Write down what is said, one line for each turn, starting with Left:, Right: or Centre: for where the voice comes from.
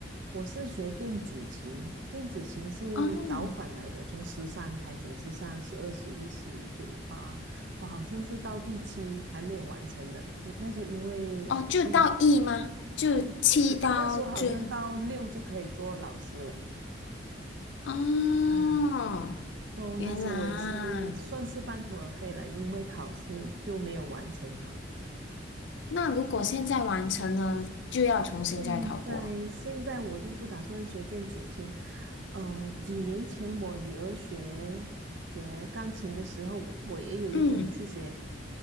Right: 我是学电子琴，电子琴是倒反来的，
Left: 哦，
Right: 从十三开始，十三、十二、十一、十九、八，哇，好像是到第七还没有完成的。因那时候因为呃中
Left: 哦，就到 E 吗？就七到最后。
Right: 不是那那时候好像到六就可以做老师了
Left: 哦，
Right: 啊。都那时候我也是算是半途而废了，
Left: 原来，
Right: 因为考试就没有完成它了。
Left: 那如果现在完成了，就要重新再考过。
Right: 现在现在我就不打算学电子琴，呃，几年前我女儿学学钢琴的时候，我我也有一同去学
Left: 嗯